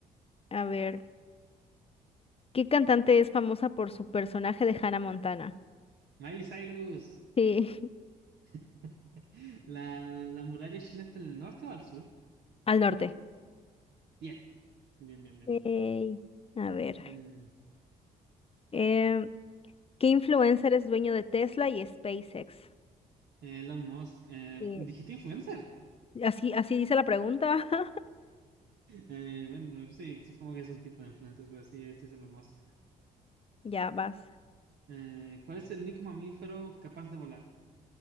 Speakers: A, on the left; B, on the right.
A: a ver, ¿qué cantante es famosa por su personaje de Hannah Montana?
B: Miley Cyrus.
A: Sí,
B: <laughs> ¿La, la muralla china está en el norte o al sur?
A: <laughs> al norte.
B: Bien, bien, bien, bien.
A: Ey, A ver.
B: Eh,
A: em, ¿Qué influencer es dueño de Tesla y SpaceX?
B: Elon Musk. eh,
A: Sí.
B: ¿dijiste influencer? <laughs>
A: Así, así dice la pregunta. <laughs>
B: Eh, bueno, sí, supongo que es un tipo de influencer, pero sí, este es Elon Musk.
A: Ya vas.
B: Eh, ¿cuál es el único mamífero capaz de volar?